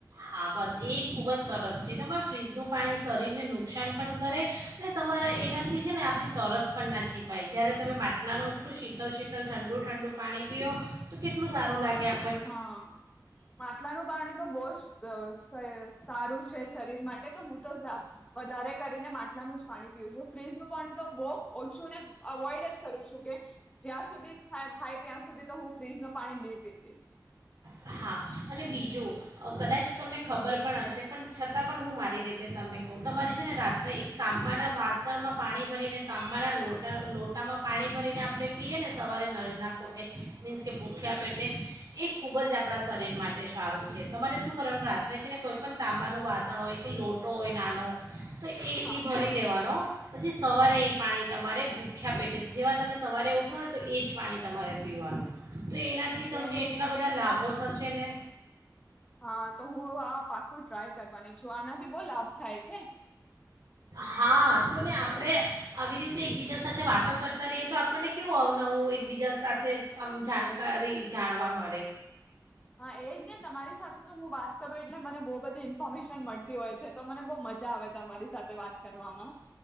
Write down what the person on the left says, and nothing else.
હા. માટલાનું કારણી તો બહુ સારું છે શરીર માટે તો હું તો જા વધારે કરીને માટલાનું જ પાણી પીવ છું ફ્રીજનું પાણી તો બહુ ઓછું ને અવોઈડ જ કરું છું કે, જ્યાં સુધી થાય ત્યાં સુધી તો હું ફ્રીજ ન પાણી નહીં પીતી.
હા
ઓકે
ને
હા તો હું આ પાકું ટ્રાય કરવાની છું આનાથી લાભ થાય છે
હા એ જ. તમારી સાથે તો હું બાર કરૂ એટલે મને બ બધી ઇન્ફોર્મેશન મળતી હોય છે તો મને બહુ મજા આવે તમારી સાથે વાત કરવામાં